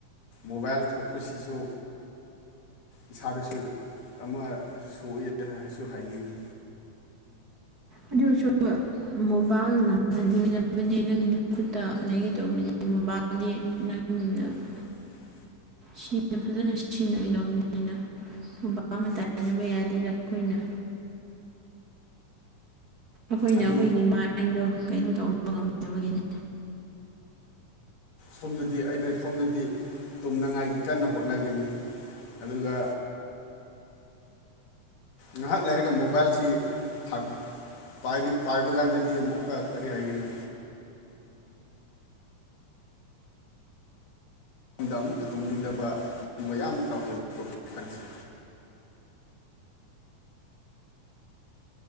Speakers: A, on the left; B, on the right.
A: ꯃꯣꯕꯥꯏꯜ ꯊꯣꯛꯄꯁꯤꯁꯨ ꯏꯁꯥꯗꯁꯨ ꯑꯃ ꯁꯣꯛꯑꯦ ꯍꯥꯏꯁꯨ ꯍꯥꯏꯅꯤꯡꯏ
B: ꯑꯗꯨ ꯑꯣꯏꯁꯨ ꯃꯣꯕꯥꯏꯜ ꯅꯝꯍꯟ ꯑꯣꯏꯗꯕꯅꯦ ꯅꯪꯒꯤ ꯈꯨꯠꯇ ꯂꯩꯒꯗꯧꯕꯅꯦ ꯃꯣꯕꯥꯏꯜ <unintelligible>
A: <inaudible>
B: ꯁꯤꯅ ꯐꯖꯅ ꯁꯤꯅꯒꯗꯧꯕꯅꯤꯅ ꯃꯣꯕꯥꯏꯜꯗꯥ ꯇꯥꯏꯅꯕ ꯌꯥꯗꯦꯗ ꯑꯩꯈꯣꯏꯅ ꯑꯩꯈꯣꯏꯅ
A: ꯑꯗꯨ
B: ꯑꯩꯈꯣꯏꯒꯤ ꯃꯥꯏꯟꯗꯣ ꯀꯩꯅꯣ ꯇꯧꯕ ꯉꯝꯗꯕꯒꯤꯅꯤ
A: ꯁꯣꯝꯗꯗꯤ ꯑꯩꯅ ꯁꯣꯝꯗꯗꯤ ꯇꯨꯝꯅꯉꯥꯏꯒꯤ ꯀꯟꯅ ꯍꯣꯠꯅꯒꯅꯤ ꯑꯗꯨꯒ ꯉꯍꯥꯛ ꯂꯩꯔꯒ ꯃꯣꯕꯥꯏꯜꯁꯤ ꯊꯥ ꯄꯥꯏꯔꯤ ꯄꯥꯏꯕ ꯀꯥꯟꯗꯗꯤ ꯑꯃꯨꯛꯀ ꯀꯔꯤ ꯍꯥꯏꯒꯅꯤ ꯑꯃꯨꯛꯀ ꯇꯨꯝꯅꯤꯡꯗꯕ ꯌꯥꯝ ꯇꯧꯋꯦꯕ ꯍꯧꯖꯤꯛꯀꯥꯟꯁꯦ